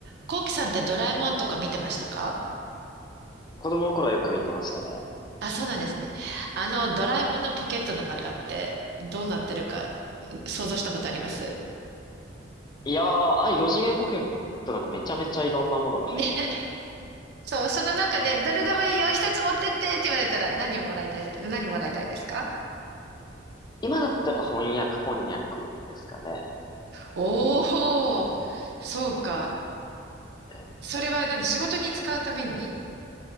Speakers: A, on the right (about 60°); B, on the left (about 20°).
A: コウキさんってドラえもんとか見てましたか
B: 子供の頃はよく見てましたね。
A: あ、そうなんですね。あの、ドラえもんのポケットの中ってどうなってるか想像したことあります
B: いやー、ああいう四次元ポケットなんかめちゃめちゃいろんなものが入ってる。
A: ね。<laughs> そう、その中でどれでもいいよ、一つ持ってってって言われたら何もらいたいです、何もらいたいですか
B: 今だったらやっぱ翻訳こんにゃくですかね。
A: おー、そうか。
B: ええ
A: それは何仕事に使うために